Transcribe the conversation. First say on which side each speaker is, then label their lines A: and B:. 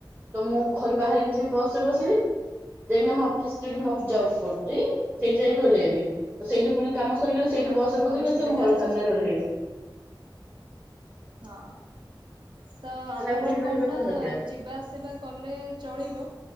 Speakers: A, on the right; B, on the right.
A: ତ ମୁଁ ଘରୁ ବାହାରିକି ଯିବି ବସରେ ବସିବି ଯାଇକ ଆମ ଅଫିସ ଯେଉଁଠି ମୁ ଯବ କରୁଛି। ସେଇଠି ଯାଇକି ଓହ୍ଲାଇବି ସେଇଠୁ ପୁଣି କାମ ସରିଗଲେ
B: ହଁ
A: ସେଇଠୁ
B: ଯାହା
A: ବସରେ
B: ତମ ଭଲ
A: ବସିବି
B: ସୁବିଧା
A: ସେ ଆମ ଘର
B: ଅଛି
A: ସାମନାରେ ଓହ୍ଲେଇବି।
B: ହଁ ତ ଆମର
A: ତାହେଲେ ଆଉ କୋଉଠି ରହିବା
B: କଣ ନା
A: ଦରକାର
B: ଯିବା ଆସିବା କଲେ ଚଳିବ।